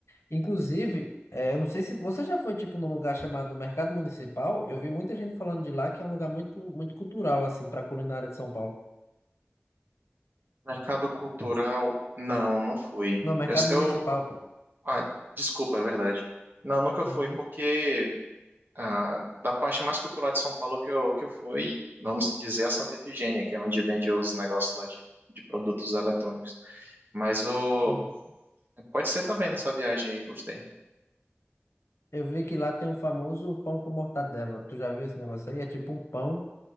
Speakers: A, on the left (about 85°); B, on the right (about 50°).
A: Inclusive, é, eu não sei se você já foi tipo num lugar chamado Mercado Municipal. Eu vi muita gente falando de lá que é um lugar muito, muito cultural assim para culinária de São Paulo.
B: Mercado cultural, não, não fui.
A: No mercado
B: Eu, eu-
A: municipal, pô.
B: ah, desculpa, é verdade. Não, nunca
A: Uhum,
B: fui, porque ah, da parte mais cultural de São Paulo que eu, que eu fui, vamos dizer, a Santa Efigênia, que é onde vende os negócios lá de, de produtos eletrônicos. Mas o,
A: uhum.
B: pode ser também nessa viagem aí, gostei.
A: Eu vi que lá tem um famoso pão com mortadela. Tu já viu esse negócio aí? É tipo um pão,